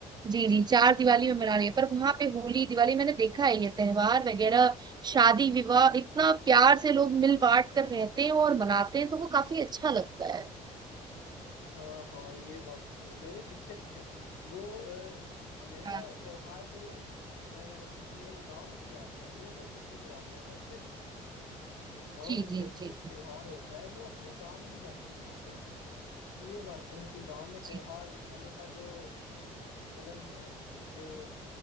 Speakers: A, on the right; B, on the left.
A: जी जी चार दिवाली में मना रही है पर वहां पे होली दिवाली मैंने देखा है ये त्योहार वगैरह शादी विवाह इतना प्यार से लोग मिल बांट कर रहते हैं और मनाते हैं तो वो काफी अच्छा लगता है
B: हाँ हाँ ये बात तो सही मेरे शिक्षक हैं वो अ, हमेशा
A: हाँ,
B: त्योहार के दिन अ, अपने गांव में ही जाते हैं वो मुझे ट्यूशन पढ़ाते हैं वैसे और
A: जी जी
B: जब
A: जी
B: भी त्योहार
A: जी
B: होता है वो अपने गांव में ही जाके मनाते हैं ये बात तो है कि गांव में त्योहार
A: जी
B: मनाने का जो चलन है जो